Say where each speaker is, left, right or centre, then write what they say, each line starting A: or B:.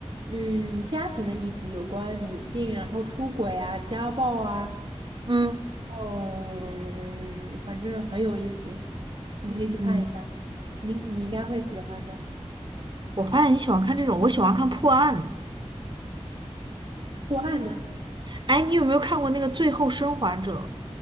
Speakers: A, on the right; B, on the right.
A: 嗯家庭的议题，有关女性，然后出轨啊、家暴啊。
B: 嗯
A: 嗯，反正很有意思，你可以去看一下，
B: 嗯。
A: 你你应该会喜欢的。
B: 我发现你喜欢看这种，我喜欢看破案的。
A: 破案的，
B: 哎，你有没有看过那个《最后生还者》？